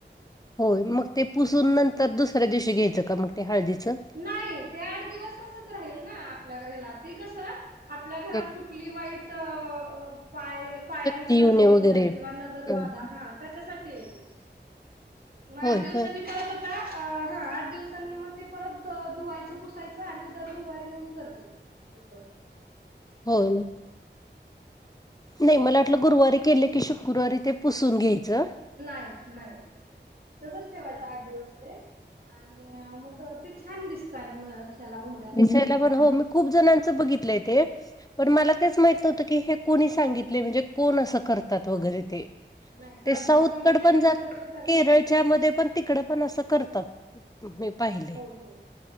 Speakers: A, on the left; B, on the right.
A: होय मग ते पुसून नंतर दुसऱ्या दिवशी घ्यायचं का मग ते हळदीचं?
B: नाही ते आठ दिवस तसच राहील ना आपल्या हेला ते कसं आपल्या घरात
A: हम.
B: कुठली वाईट पाय पायाने
A: शक्ती
B: कुणाच्या
A: येऊने
B: येऊ
A: वगैरे
B: नये किंवा नजर
A: हम्म.
B: बाधा हा त्याच्यासाठी ये ते आठ
A: होय
B: दिवसांनी
A: का
B: परत हा आठ दिवसांनी मग ते परत धुवायचं, पुसायचं आणि दर गुरवारी म मी करते ते पण.
A: होय नाही मला वाटलं गुरुवारी केले की शुक्रवारी ते पुसून घ्यायचं
B: नाही नाही तसच ठेवायच आठ दिवस ते आणि मग ते छान दिसतानी म ह्याला उंबऱ्याला
A: दिसायला पण हो मी खूप जणांच बघितलंय
B: हो
A: ते पण मला तेच माहित नव्हत की हे कोणी सांगितले म्हणजे कोण असं कर? तात वगैरे
B: हो नाही करतात
A: ते साऊथ
B: स्वामींच्या
A: कड
B: ह्याच्यामध्ये
A: जात
B: तर करतातच.
A: केरळच्या मध्ये पण तिकड पण अस करतात मी पाहिलंय
B: हो हो.